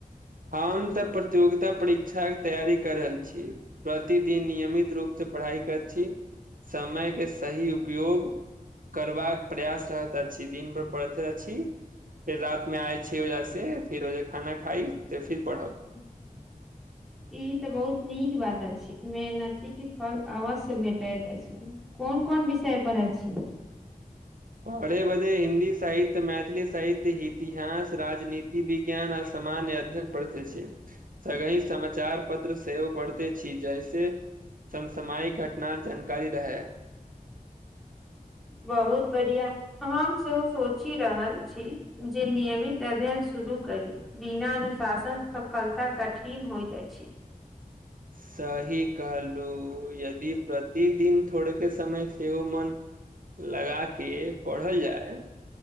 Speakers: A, on the right; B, in the centre.
A: हम तऽ प्रतियोगिता परीक्षाके तैयारी क रहल छी प्रतिदिन नियमित रूपसँ पढ़ाइ करैत छी समय के सही उपयोग करबाक प्रयास रहैत अछि दिन भर पड़ैत अछि फेर रात मे आए छे ओइजा से फिर ओजे खाना खाइ त फिर पढ़ब
B: <inaudible> ई तऽ बहुत नीक बात अछि मेहनती के फल अवश्य भेटैत अछि कोन कोन विषय पढ अछी
A: पढ़े बढ़े हिन्दी साहित्य मैथिली साहित्य इतिहास राजनीति विज्ञान आ स समान्य अध्ययन पढ़ते छी सगइ समाचार पत्र सेहो पढ़ते छी जैसे समसमायिक घटनाक जानकारी रहय
B: बहुत बढ़िआ हम सेहो सोचि रहल छी जे नियमित अध्ययन शुरू करी बिना अनुशासन सफलता कठिन होइत अछि
A: सही कहलु यदि प्रतिदिन थोड़ेके समय सेहो मन लगा के पढ़ल जाय